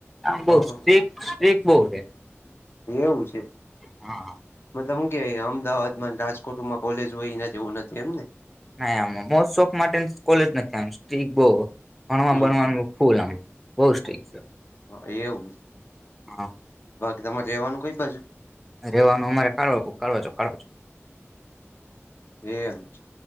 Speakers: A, in the centre; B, on the left (about 55°).
A: આમ બવ
B: હા હા
A: સ્ટ્રીક સ્ટ્રીક બહુ છે.
B: એવું છે.
A: હા હા.
B: મતલબ હું કે અમદાવાદમાં રાજકોટમાં કોલેજ હોય એના જેવું નથી એમ ને
A: ના આમ મોજ શોખ માટે કોલેજ નથી આમ સ્ટ્રીક બહુ ભણવાનું
B: હમ હમ
A: ફોલમ બહુ સ્ટ્રીક છે.
B: હ એવું છે.
A: હા.
B: બાકી તમારે રહેવાનું કઈ બાજુ?
A: રહેવાનું અમારે કાળવા કાો કાઢો છો.
B: એ એમ છે.